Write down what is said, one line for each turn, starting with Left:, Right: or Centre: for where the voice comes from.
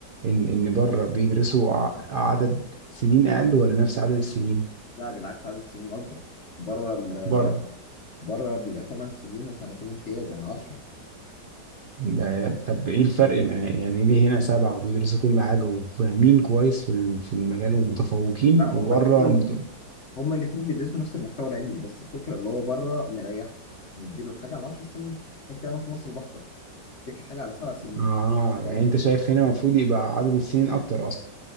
Right: ان ان بره بيدرسوا ع- عدد سنين اقل ولا نفس عدد السنين
Left: لا بالعكس عدد السنين اكبر بره ال...
Right: بره
Left: بره بيبقى 8 سنين وسنتين امتياز يعني 10
Right: ده- طب ايه الفرق ما- يعني ليه هنا سبعة وبيدرسوا كل حاجة وفاهمين كويس في ال- في المجال ومتفوقين
Left: لا
Right: وبره
Left: هم هم
Right: مت...
Left: هما الاثنين بيدرسوا نفس المحتوى العلمي بس الفكره اللي هو بره مريحه مديله الحاجه على 10 سنين انت هنا في مصر ضغطك اديك الحاجه على سبع سنين
Right: اه
Left: فاهم
Right: يعني انت شايف هنا المفروض يبقى عدد السنين اكتر اصلا